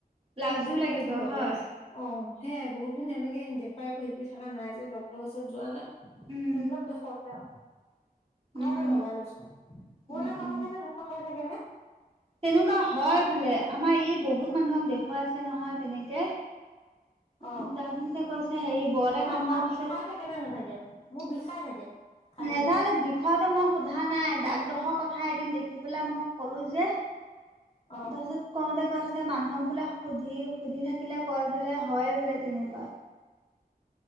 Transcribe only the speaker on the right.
লাজো
লাগিব
হয়
উম
উম
উম
উম
তেনেকুৱা হয় বোলে আমাৰ ই বহুত মানুহক দেখুৱাই আছে নহয় তেনেকে। উ,
তাৰ পিছতে কৈছে হে বৰলে
কামোৱাৰ
পিছত
নেজানো বিষয়টো মই সোধা নাই। দাকডোখৰ কথা এদিন দেখি পেলাই মই কলো যে তাৰপিছত
কওঁতে গৈ মানুহক বোলাক সুধি সুধি থাকিলে কয় বোলে হয়ে বোলে তেনেকুৱা।